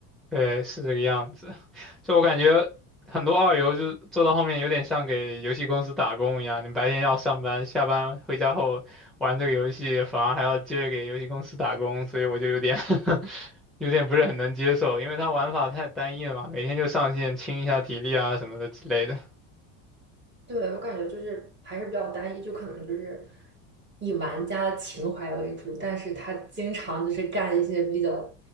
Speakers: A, in the centre; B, on the right.
A: 对，是这个样子。就我感觉很多二游就做到后面有点像给游戏公司打工一样，你白天要上班，下班回家后玩这个游戏，反而还要接着给游戏公司打工，所以我就有点 <laughs> 有点不是很能接受，因为它玩法太单一了嘛，每天就上线清一下体力啊什么的之类的，
B: 对，我感觉就是还是比较单一，就可能就是以玩家的情怀为主，但是他经常就是干一些比较